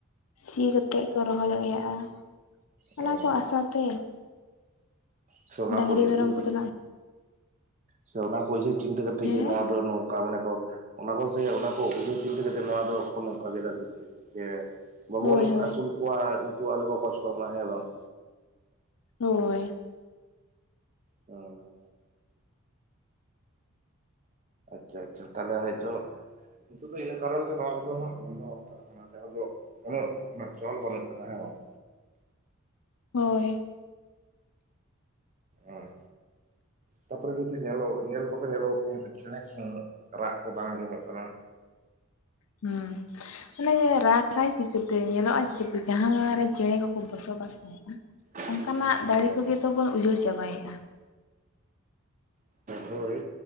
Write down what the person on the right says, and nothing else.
ᱚ
<unintelligible>
ᱥᱮ ᱚᱱᱟ ᱠᱚ ᱩᱭᱦᱟᱹᱨ ᱪᱤᱱᱛᱟᱹ ᱠᱟᱛᱮᱜ
ᱜᱮ ᱱᱚᱣᱟ ᱫᱚ ᱱᱚ ᱠᱟ ᱢᱟᱱᱮ ᱠᱚ ᱚᱱᱟ ᱠᱚ ᱥᱮ ᱚᱱᱟ ᱠᱚ ᱩᱭᱦᱟᱹᱨ ᱪᱤᱱᱛᱟᱹ ᱠᱟᱛᱮᱜ ᱱᱚᱣᱟ ᱫᱚᱠᱚ ᱱᱚᱝᱠᱟ ᱜᱮᱫᱟ ᱥᱮ ᱪᱮᱜ ᱡᱮ ᱵᱟᱵᱚᱱ
ᱟᱹᱥᱩᱞ ᱠᱚᱣᱟ ᱩᱝᱠᱩ ᱟᱞᱚᱠᱚ ᱠᱚᱥᱴᱚᱜ ᱢᱟ ᱦᱮᱸ ᱵᱟᱝ
ᱚ ᱟᱪᱪᱷᱟ ᱟᱪᱪᱷᱟ ᱛᱟᱦᱞᱮ ᱦᱚᱭᱛᱚ ᱱᱤᱛᱚᱜ ᱫᱚ ᱤᱱᱟᱹ ᱠᱟᱨᱚᱱ ᱛᱮ ᱱᱚᱣᱟ ᱠᱚᱫᱚ ᱦᱟᱜ ᱵᱚᱱᱫᱚ ᱦᱟᱛᱟᱲ ᱚᱱᱟ ᱡᱟᱦᱟᱸ ᱫᱚ ᱩᱱᱟᱹᱜ ᱚᱱᱟ ᱪᱚᱞ ᱵᱟᱹᱱᱩᱜ ᱠᱟᱫᱟ ᱦᱮ ᱵᱟᱝ
ᱩᱸ ᱛᱟᱯᱚᱨᱮ ᱱᱤᱛᱚᱜ ᱧᱮᱞᱚᱜ ᱧᱮᱞ ᱫᱚᱠᱚ ᱧᱮᱞᱚᱜ ᱠᱚ ᱪᱮᱸᱬᱮ ᱠᱚᱦᱚᱸ ᱩᱱᱟᱹᱜ ᱨᱟᱜ ᱠᱚ ᱵᱟᱝ ᱟᱸᱡᱚᱢᱚᱜ ᱠᱟᱱᱟ
<inaudible>
ᱦᱮᱸ
ᱦᱮᱸ
ᱦᱳᱭ